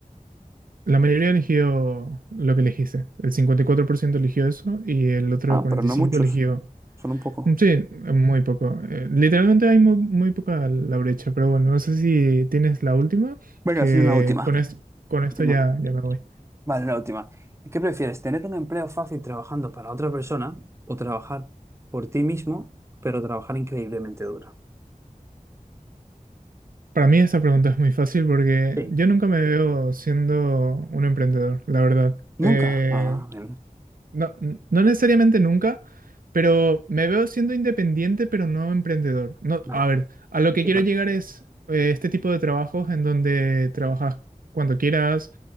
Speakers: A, on the right; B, on the right.
A: la mayoría eligió lo que elegiste. El 54% eligió eso y el otro
B: Ah,
A: 45%
B: pero no muchos,
A: eligió
B: solo un poco.
A: Mm, Sí, muy poco. Eh, literalmente hay mu- muy, poca la brecha, pero bueno, no sé si tienes la última,
B: Venga,
A: que
B: sí, una última.
A: con esto, con esto
B: Última.
A: ya, ya me voy.
B: Vale, la última. ¿Qué prefieres, tener un empleo fácil trabajando para otra persona o trabajar por ti mismo, pero trabajar increíblemente duro?
A: Para mí esta pregunta es muy fácil porque
B: Sí,
A: yo nunca me veo siendo un emprendedor, la verdad.
B: Nunca.
A: Eh,
B: Ah, bien.
A: No, n- no necesariamente nunca, pero me veo siendo independiente, pero no emprendedor. No,
B: vale.
A: a ver, a lo
B: Sí,
A: que quiero
B: claro.
A: llegar es eh, este tipo de trabajos en donde trabajas cuando quieras